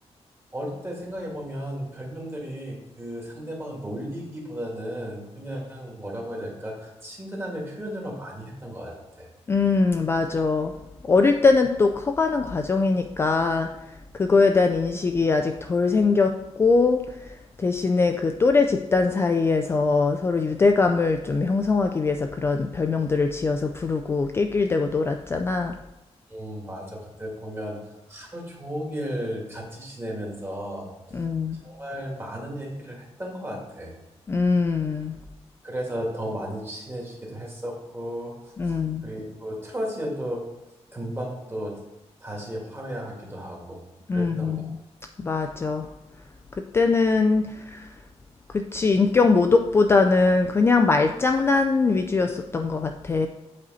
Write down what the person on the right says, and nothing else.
어릴 때 생각해보면 별명들이 그 상대방을 놀리기보다는 그냥 뭐라고 해야 될까, 친근함의 표현으로 많이 했던 것 같아.
음, 맞아. 그때 보면 하루 종일 같이 지내면서
정말 많은 얘기를 했던 것 같아.
그래서 더 많이 친해지기도 했었고,
그리고 틀어지어도 금방 또 다시 화해하기도 하고 그랬던
것